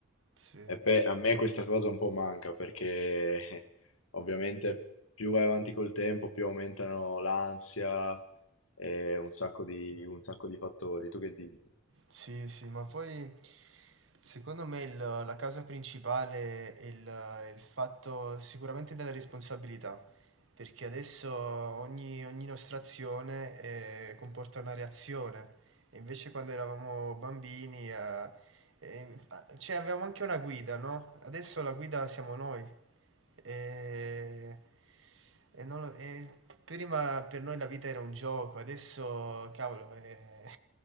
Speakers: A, on the right; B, on the left.
A: Sì.
B: E pe- a me questa cosa un po' manca perché <laughs> ovviamente più vai avanti col tempo, più aumentano l'ansia e un sacco di, un sacco di fattori. Tu che dici?
A: Sì, sì, ma poi secondo me il- la causa principale è il, è il fatto sicuramente della responsabilità, perché adesso ogni, ogni nostra azione eh, comporta una reazione, e invece quando eravamo bambini eh, Ehm, fa cioè avevamo anche una guida, no, adesso la guida siamo noi. Ehm, e non lo e p prima per noi la vita era un gioco, adesso cavolo, ehm,